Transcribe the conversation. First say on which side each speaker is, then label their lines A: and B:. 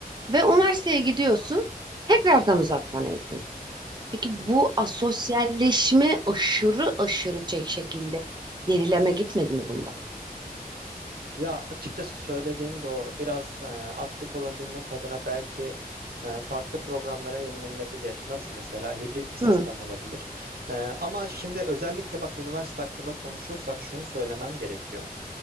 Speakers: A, on the right; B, on the right.
A: Ve üniversiteye gidiyorsun, tekrardan uzaktan eğitim. Peki bu asosyalleşme aşırı aşırı çek şekilde gerileme gitmedi mi bunda?
B: Ya açıkçası söylediğin doğru. Biraz e, aktif olabilmek adına belki e, farklı programlara yönelilebilir. Nasıl mesela hibrit bir sistem
A: Hı,
B: olabilir. E, ama şimdi özellikle bak üniversite hakkında konuşuyorsak şunu söylemem gerekiyor.